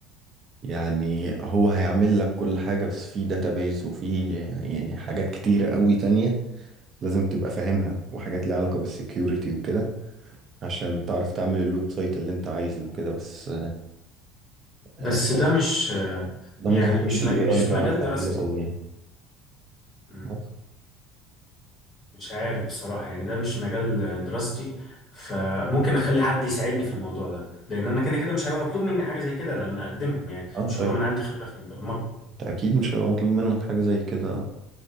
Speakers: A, on the right (about 30°); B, on the left (about 25°).
A: يعني هو هيعمل لك كل حاجه بس في داتابيز وفي آه، يعني حاجات كتيره قوي تانية لازم تبقى فاهمها وحاجات ليها علاقه بالسكيورتي وكده عشان تعرف تعمل الويب سايت اللي انت عايزه وكده بس آه،
B: بس ده مش
A: ده
B: يعني
A: ما اظنش
B: مش
A: الاي
B: م- مش
A: اي بيعرف
B: مجال دراستي
A: يعمله قوي يعني
B: مم.
A: بس.
B: مش عارف بصراحة يعني ده مش مجال دراستي فممكن اخلي حد يساعدني في الموضوع ده لان انا كده كده مش هيبقى مطلوب مني حاجة زي كده لما اقدمهم يعني ان
A: اه انت
B: شاء الله من عندي خبرة في البرمجة
A: انت اكيد مش هيبقى مطلوب منك حاجة زي كده